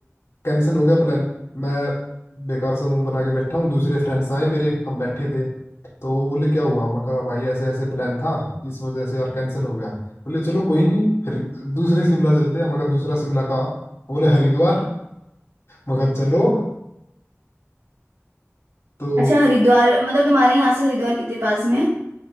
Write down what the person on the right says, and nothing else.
अच्छा हरिद्वार मतलब तुम्हारे यहाँ से हरिद्वार कितने पास में है